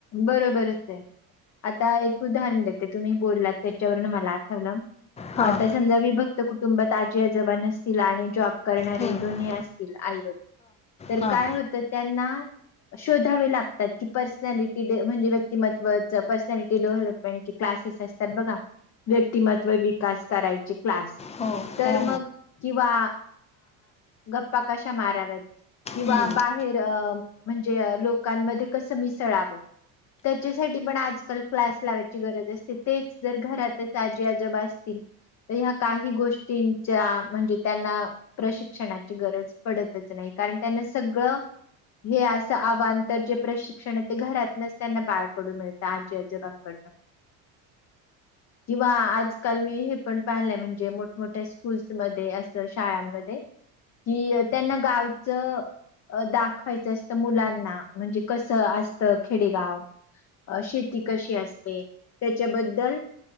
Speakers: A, on the left (about 40°); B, on the left (about 15°).
A: बरोबरच आहे आता एक. उदाहरण देते तुम्ही बोललात त्याच्यावरून मला आठवलं
B: हां
A: आता समजा मी बघ. कुटुंबात आजी अजबन असतील आणि जॉब करणारे
B: हां
A: दोन्ही असतील आईवडील तर
B: हां
A: काय होत. त्यांना शोधावे लागतात की पर्सनॅलिटी. म्हजे व्यक्तिमत् पर्सनॅलिटी डेव्हलपमेंट क्लासेस असतात बघा. व्यक्तिमत्व विकास करायचे क्लास
B: हो
A: तर
B: हो
A: मग. किंवा गप्पा कशा माराव्यात किंवा
B: हो हो
A: बाहेर अ. म्हणजे लोकांमध्ये कसं मिसळावं. त्याच्यासाठी पण आजकाल क्लास लावायची गरज असते तेच जर घरातच आजी आजब असतील. तर ह्या काही गोष्टींच्या म्हणजे त्यांना. प्रशिक्षणाची गरज पडतच नाही कारण त्यांना सगळं. हे असं आव्हान तरर जे प्रशिक्षण आहे ते घरात. त्यांना बाळकडून मिळतं आजी आजोबांकडनं. किंवा आजकाल मी हे पण पाहिलंय म्हणजे मोठमोठ्या स्कूल्समध्येध्ये असं शाळांमध्ये कि त्यांना गावच. अ दाखवायचं असतं मुलांना म्हणजे कसं असतं. खेडेगाव शेती कशी असते त्याच्याबद्दल.